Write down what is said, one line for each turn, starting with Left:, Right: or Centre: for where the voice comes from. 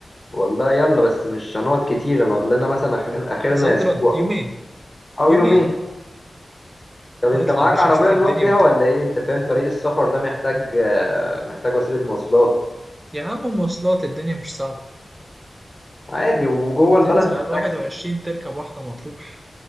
Left: والله يلا بس مش هنقعد كتير هنقعد لنا مثلا اخرنا اخرنا
Right: صد
Left: اسبوع
Right: رد يومين
Left: او
Right: يومين
Left: يومين طب انت
Right: نطلع
Left: معاك
Right: يا باشا
Left: عربية
Right: نشوف
Left: نروح
Right: الدنيا
Left: بيها
Right: بتقول
Left: ولا ايه انت فاهم طريق السفر ده محتاج آه، محتاج وسيلة مواصلات
Right: يا عم مواصلات الدنيا مش صعبة
Left: عادي وجوه
Right: هتنزل
Left: البلد بالتاكسي
Right: على 21
Left: فاهم؟
Right: تركب واحدة مطروح